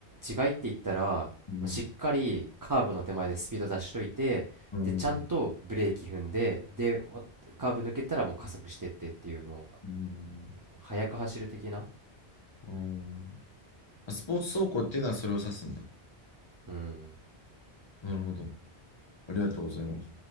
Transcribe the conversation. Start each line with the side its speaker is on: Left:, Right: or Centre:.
Right: 違いって言ったら、まあしっかりカーブの手前でスピード出しといて、
Left: うん。うん。
Right: で、ちゃんとブレーキ踏んで、で、おカーブ抜けたらもう加速してってっていう、も
Left: うん。
Right: う、速く走る的な。
Left: うん。あスポーツ走行っていうのはそれを指すんだ。
Right: うん。
Left: なるほど。ありがとうございます。